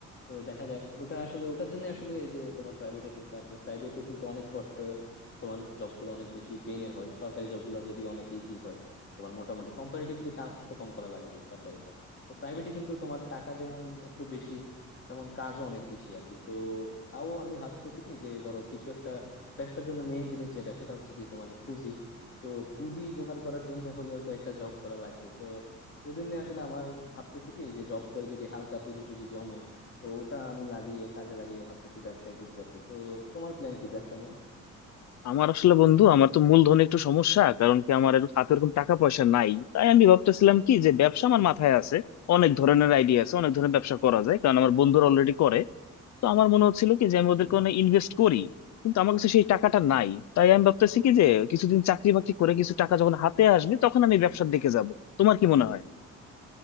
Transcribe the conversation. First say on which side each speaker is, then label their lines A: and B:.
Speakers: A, on the left; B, on the left.
A: তো দেখা যাক ওটা আসলে ওটার জন্য আসলে এই যে তোমার প্রাইভেটে ঢোকা আর কি প্রাইভেটে কিন্তু অনেক কষ্ট তোমার জবগুলো অনেক বেশি পেইনের হয় সরকারি জবগুলো যদি অনেক ইজি হয় তোমার মোটামুটি কম্পারেটিভলি কাজ তো কম করা লাগে সরকারিতে তো প্রাইভেটে কিন্তু তোমার টাকা যেমন একটু বেশি তেমন কাজও অনেক বেশি আর কি তো তাও আমি ভাবতেছি কি যে ধরো কিছু একটা ব্যবসার জন্য মেইন জিনিস যেটা সেটা হচ্ছে কি তোমার পুঁজি তো পুঁজি জোগাড় করার জন্য হলেও তো একটা জব করা লাগবে তো ওই জন্য আসলে আমার ভাবতেছি কি যে জব করে যদি হালকা পুঁজি টুজি জমে তো ওটা আমি লাগিয়ে কাজে লাগিয়ে ভাবতেছি ব্যবসায় ঢুকবো আর কি তো তোমার প্ল্যান কি ব্যবসা
B: আমার আসলে বন্ধু আমার তো মূলধনে একটু সমস্যা কারণ কি আমার এর- হাতে এরকম টাকা পয়সা নাই তাই আমি ভাবতেছিলাম কি যে ব্যবসা আমার মাথায় আছে অনেক ধরনের আইডিয়া আছে অনেক ধরনের ব্যবসা করা যায় কারণ আমার বন্ধুরা অলরেডি করে তো আমার মনে হচ্ছিল কি যে আমি ওদেরকে
A: নিয়ে
B: অনেক ইনভেস্ট করি কিন্তু আমার কাছে সেই টাকাটা নাই তাই আমি ভাবতেছি কি যে কিছুদিন চাকরি বাকরি করে কিছু টাকা যখন হাতে আসবে তখন আমি ব্যবসার দিকে যাব তোমার কি মনে হয়